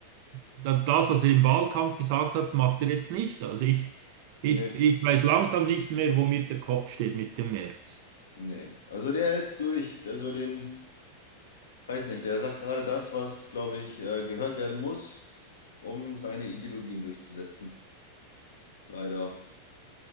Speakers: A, on the right; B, on the left.
A: da- das, was er im Wahlkampf gesagt hat, macht er jetzt nicht. Also ich, ich,
B: Nee,
A: ich weiß langsam nicht mehr, wo mir der Kopf steht mit dem Merz.
B: nee. Also der ist durch. Der so den. Weiß nicht, er sagt gerade das, was, glaube ich, äh, gehört werden muss, um seine Ideologien durchzusetzen. Leider.